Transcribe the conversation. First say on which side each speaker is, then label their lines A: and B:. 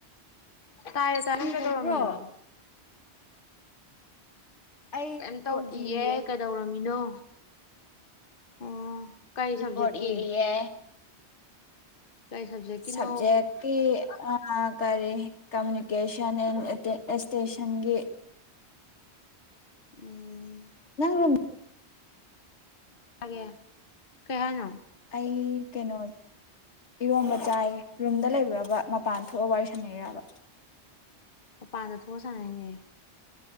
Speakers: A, on the left; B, on the left.
A: ꯇꯥꯏꯌꯦ ꯇꯥꯢꯌꯦ
B: ꯀꯔꯤ
A: ꯅꯪ ꯀꯩꯗꯧꯔꯝꯃꯤꯅꯣ
B: ꯇꯧꯕ꯭ꯔꯣ ꯑꯩ
A: ꯀꯩꯝ
B: ꯔꯤꯄꯣꯔꯠ
A: ꯇꯧꯗꯤꯌꯦ
B: ꯏꯔꯤꯌꯦ
A: ꯀꯩꯗꯧꯔꯝꯃꯤꯅꯣ ꯑꯣ ꯀꯩ
B: ꯔꯤ
A: ꯁꯕꯖꯦꯛꯀꯤ
B: ꯄꯣꯠ ꯢꯔꯤꯌꯦ
A: ꯀꯩ ꯁꯕꯖꯦꯛꯀꯤꯅꯣ
B: ꯁꯕꯖꯦꯛꯀꯤ ꯑ ꯀꯔꯤ ꯀꯃꯨꯅꯤꯀꯦꯁꯟ ꯑꯦꯟ ꯑꯦꯁꯇꯦꯁꯟꯒꯤ
A: ꯎꯝ
B: ꯅꯪ ꯔꯨꯡ
A: ꯇꯥꯒꯦ ꯀꯩꯍꯥꯢꯅꯣ
B: ꯑꯩ ꯀꯩꯅꯣ ꯏꯔꯣꯝꯕ ꯆꯥꯏ ꯔꯨꯝꯗ ꯂꯩꯕꯔꯕ ꯃꯄꯥꯟ ꯊꯣꯛꯑꯒ ꯋꯥꯔꯤ ꯁꯥꯟꯅꯩꯔꯕ
A: ꯃꯄꯥꯟꯗ ꯊꯣꯛꯑ ꯁꯟꯅꯩ ꯅꯦ